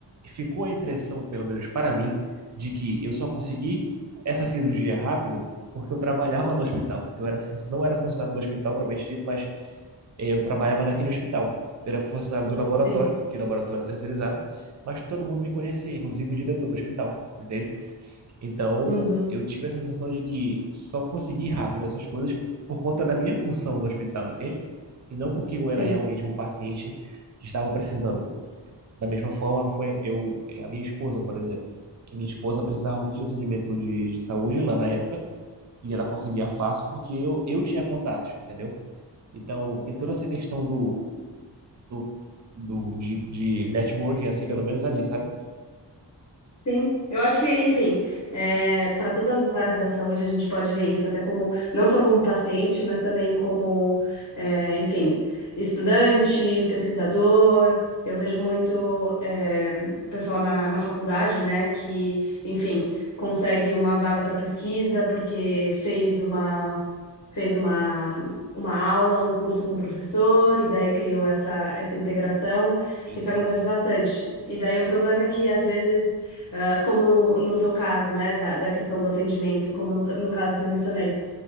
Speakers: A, on the right (about 40°); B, on the left (about 40°).
A: ficou a impressão, pelo menos para mim, de que eu só consegui essa cirurgia rápido porque eu trabalhava no hospital, porque eu era, fun- não era funcionário do hospital, propriamente dito, mas eh, eu trabalhava naquele hospital. Eu era funcionário do laboratório,
B: sim,
A: que o laboratório é terceirizado, mas todo mundo me conhecia, inclusive o diretor do hospital, entende? Então,
B: uhum,
A: eu tive a sensação de que só consegui rápido essas coisas por conta da minha função no hospital, entende? E não porque eu
B: sim,
A: era realmente um paciente que estava precisando. Da mesma forma, foi eu, a minha esposa, por exemplo. A minha esposa precisava muito de atendimento de, de saúde lá na época, e ela conseguia fácil porque eu, eu tinha contatos, entendeu? Então, tem toda essa questão do, do, do de, de networking, assim, pelo menos ali, sabe?
B: sim. Eu acho que, enfim, para todas as áreas da saúde a gente pode ver isso, até como, não só como paciente, mas também como, é, enfim, estudante, pesquisador. Eu vejo muito, é, o pessoal na, na faculdade, né, que, enfim, consegue uma vaga para pesquisa porque fez uma. fez uma, uma aula, um curso com o professor, e daí criou essa, essa integração.
A: Eu-
B: Isso
A: Sim,
B: acontece
A: sim.
B: bastante. E daí o problema é que, às vezes, ah, como no, no seu caso, né, da, da questão do atendimento, como no, no caso que eu mencionei,